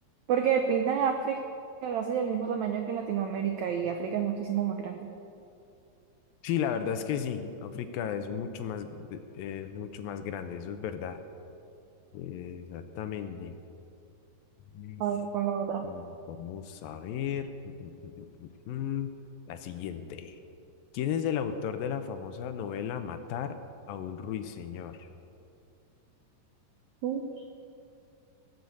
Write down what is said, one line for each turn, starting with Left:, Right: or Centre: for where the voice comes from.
Right: porque pintan a África casi del mismo tamaño que Latinoamérica y África es muchísimo más grande.
Left: Sí, la verdad es que sí, África es mucho más, de- es mucho más grande, eso es verdad. Eh, Exactamente. Mm,
Right: A ver, con la otra.
Left: mm, Vamos a ver. <laughs> mm, mm, mm, mm, mm. La siguiente. ¿Quién es el autor de la famosa novela Matar a un ruiseñor?
Right: Mm,